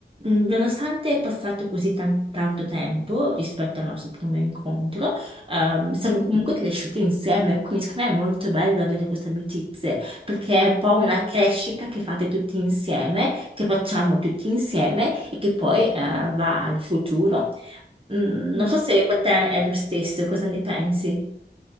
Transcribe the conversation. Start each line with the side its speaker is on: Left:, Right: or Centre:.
Right: Mm, Nonostante è passato così tan- tanto tempo rispetto al nostro primo incontro, ehm, siamo
Left: Mhm.
Right: comunque cresciuti insieme, quindi secondo me è molto bello avere queste amicizie, perché è un po' una
Left: Mm.
Right: crescita che fate tutti insieme, che facciamo tutti insieme e che poi, eh, va al futuro. Mm,
Left: Mm.
Right: non so se per te è lo stesso, cosa ne pensi?